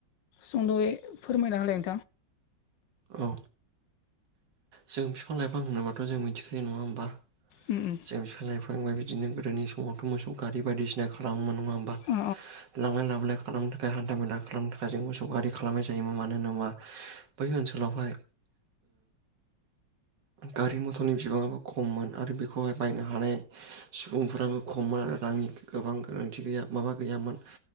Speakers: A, on the left; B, on the right.
A: सुंद'यै फोरमायना होलाय नोंथां
B: औ जों बिफां लाइफां होनोबाथ' जों मिथिखायो नङा होमबा
A: उम उम
B: जों बिफां लाइफां बाथ बिदिनो गोदोनि समावथ' मोसौ गारि बायदिसिना खालामोमोन नङा होमबा
A: औ
B: लांलाय लाबोलाय खालामदों बे हान्था मेला खालामनो थाखाय जों मोसौगारि खालामनाय जायोमोन मानो होनोबा बै ओनसोलावहाय गारि मथरनि बिबाङाबो खममोन आरो बे बेखौहाय बायनो हानाय सुबुंफ्राबो खममोन आरो रांनि गोबां गोनांथि गैया माबा गैयामोन